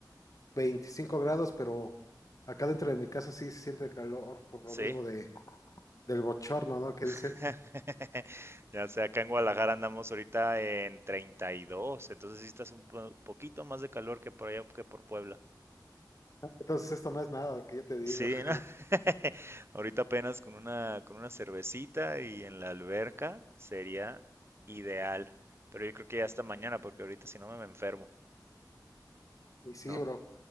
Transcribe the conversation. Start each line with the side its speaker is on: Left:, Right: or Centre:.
Left: 25 grados, pero acá dentro de mi casa sí se siente calor, por lo
Right: Sí.
Left: mismo de, del bochorno, ¿no? Que dicen.
Right: <laughs> Ya sé, acá en Guadalajara andamos ahorita en 32, entonces sí estás un po- poquito más de calor que por allá que por Puebla.
Left: Entonces esto no es nada, que yo te digo.
Right: Sí, ¿no?
Left: <laughs>
Right: <laughs> Ahorita apenas con una, con una cervecita y en la alberca sería ideal. Pero yo creo que ya hasta mañana, porque ahorita si no me me enfermo,
Left: Y sí,
Right: ¿no?
Left: bro.